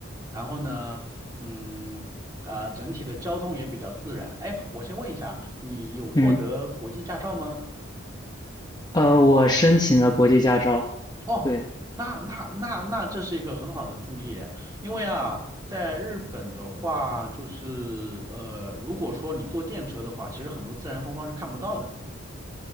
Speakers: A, on the right; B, on the left.
A: 然后呢，嗯，啊、整体的交通也比较自然。哎，我先问一下，你有获得国际驾照吗？
B: 嗯，呃，我申请了国际驾照。
A: 哦，
B: 对，
A: 那那那那这是一个很好的助力耶，因为啊，在日本的话，就是呃，如果说你坐电车的话，其实很多自然风光是看不到的。